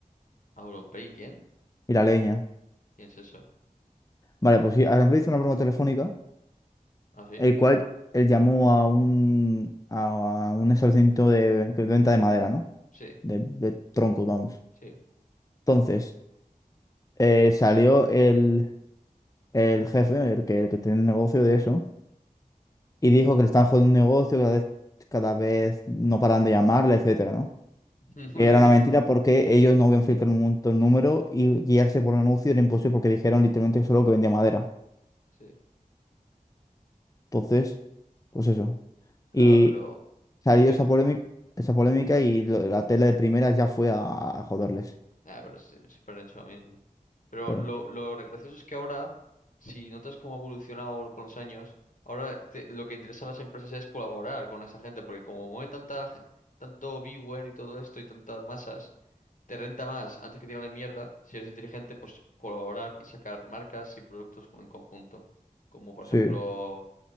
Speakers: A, on the left; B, on the left.
A: ¿a ¿Auronplay quién?
B: Y la leña.
A: ¿Quién es eso?
B: Vale, pues sí, Auronplay hizo una broma telefónica,
A: ¿Ah, sí?
B: el cual él llamó a un, a, a un establecimiento de, de venta de madera, ¿no?
A: Sí,
B: De, de troncos, vamos.
A: sí.
B: Entonces, eh, salió el, el jefe, el que, el que tiene el negocio de eso,
A: ujú".
B: y dijo que le están jodiendo un negocio, cada vez, cada vez no paran de llamarle, etcétera, ¿no?
A: <laughs>
B: que era una mentira porque ellos no habían filtrado un montón de número y guiarse por un anuncio era imposible porque dijeron literalmente solo que vendía madera.
A: Sí,
B: Entonces, pues eso.
A: claro,
B: Y
A: pero
B: salió
A: en vez,
B: esa polémica, esa polémica y lo- la tele de primera ya fue a, a joderles.
A: Ah, pero sí, siempre han hecho lo mismo. Pero
B: Claro.
A: lo, lo re- gracioso es que ahora, si notas cómo ha evolucionado con los años, ahora te- lo que interesa a las empresas es colaborar con esa gente, porque como mueve tanta, gen- tanto viewer y todo esto y tantas masas, te renta más antes que tirarle mierda, si eres inteligente, pues colaborar y sacar marcas y productos con- en conjunto. Como por
B: Sí,
A: ejemplo